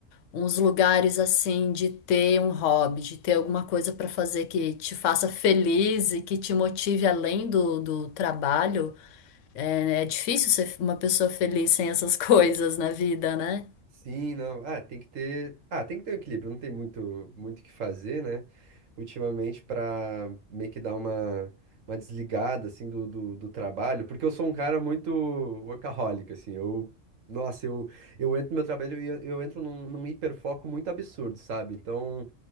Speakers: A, on the left; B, on the right.
A: uns lugares assim de ter um hobby, de ter alguma coisa para fazer que te faça feliz e que te motive além do, do trabalho. É, é difícil ser uma pessoa feliz sem essas <laughs> coisas na vida, né?
B: Sim, não. Ah, tem que ter. Ah, tem que ter um equilíbrio. Não tem muito, muito o que fazer, né? Ultimamente, pra meio que dar uma, uma desligada, assim, do, do, do trabalho. Porque eu sou um cara muito workaholic, assim. Eu, nossa, eu, eu entro no meu trabalho e eu, eu entro num, num hiperfoco muito absurdo, sabe? Então,